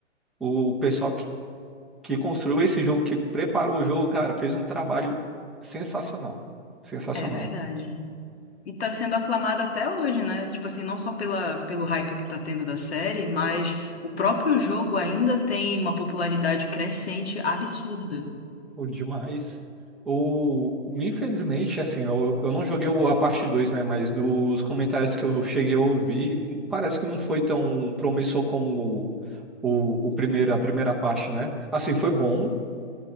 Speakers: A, in the centre; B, on the left (about 55°).
A: o pessoal que que construiu esse jogo, que preparou o jogo, cara, fez um trabalho sensacional. Sensacional.
B: É verdade. E tá sendo aclamado até hoje, né? Tipo assim, não só pela, pelo hype que tá tendo da série, mas o próprio jogo ainda tem uma popularidade crescente absurda.
A: O demais. O, infelizmente, assim, eu, eu não joguei o- a parte 2, né? Mas dos comentários que eu cheguei a ouvir, parece que não foi tão promissor como o, o, o primeiro, a primeira parte, né? Assim, foi bom,